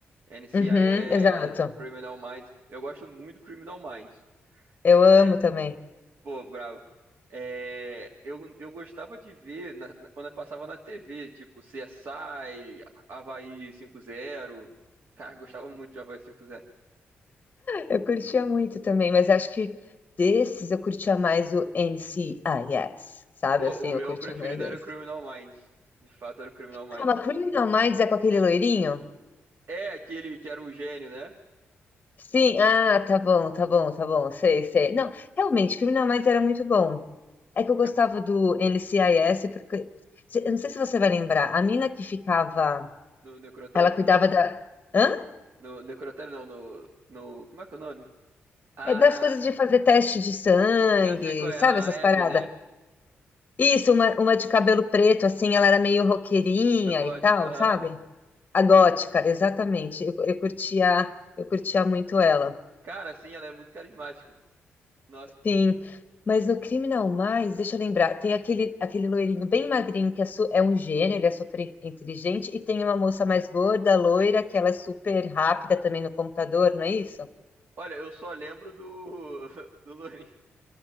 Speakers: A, on the right; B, on the left.
A: NCIS,
B: Uhum, exato.
A: Criminal Minds. Eu gosto muito do Criminal Minds.
B: Eu amo
A: É,
B: também.
A: Pô, brabo. É, eu, eu gostava de ver na- na- quando eu passava na TV, tipo C S CSI, Havaí cinco zero Cara, eu gostava muito de Havaí cinco zero
B: Eu curtia muito também, mas acho que desses eu curtia mais o NCIS, sabe?
A: Pô,
B: Assim,
A: o meu
B: eu curtia
A: preferido
B: mais esse.
A: era o Criminal Minds. De fato, era o Criminal Minds.
B: Calma, Criminal Minds é com aquele loirinho?
A: É aquele que era o gênio, né?
B: Sim, ah, tá bom, tá bom, tá bom, sei, sei. Não, realmente, Criminal Minds era muito bom. É que eu gostava
A: É
B: do NCIS, porque. se- Eu não sei se você vai lembrar, a mina que ficava.
A: no Necrotério?
B: Ela cuidava da. Hã?
A: No Necrotério, não, no, no. Como é que é o nome? Ah,
B: É das coisas de fazer teste de sangue,
A: já sei qual é,
B: sabe
A: a
B: essas paradas?
A: Abby, né?
B: Isso, uma, uma de cabelo preto, assim, ela era meio roqueirinha
A: A gótica.
B: e tal,
A: Aham.
B: sabe? A gótica, exatamente. Eu, eu curtia, eu curtia muito ela.
A: Cara, sim, ela é muito carismática. Nossa.
B: Sim, mas no Criminal Mais, deixa eu lembrar, tem aquele, aquele loirinho bem magrinho que é, su- é um gênio, ele é super inteligente, e tem uma moça mais gorda, loira, que ela é super rápida também no computador, não é isso?
A: Olha, eu só lembro do, <laughs> do Lourinho.